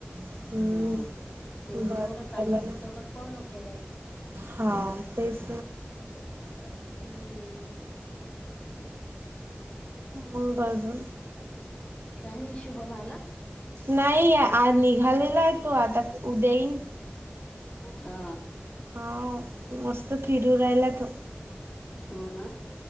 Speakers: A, on the right; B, on the left.
A: हम्म
B: हा तिने
A: बरं
B: जेवढं
A: झालं
B: सांगितलं तेवढं फॉलो केलं
A: हा तेच
B: अ हम्म
A: मग अजून
B: काही नाही शुभमला
A: नाही आ निघालेला आहे तो आता उद्याईन
B: हा
A: हा मस्त फिरू राहिला त
B: हो ना